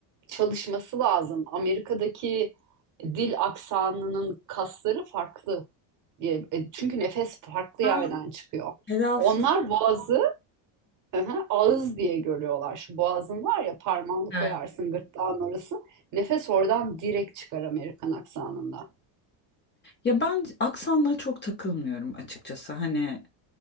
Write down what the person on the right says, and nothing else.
çalışması lazım. Amerika'daki dil aksanının kasları farklı. E, e, Çünkü nefes farklı
yerden çıkıyor.
Onlar boğazı hı hı, ağız diye görüyorlar. Şu boğazın var ya parmağını koyarsın
gırtlağın orası. Nefes oradan direkt çıkar Amerikan aksanında.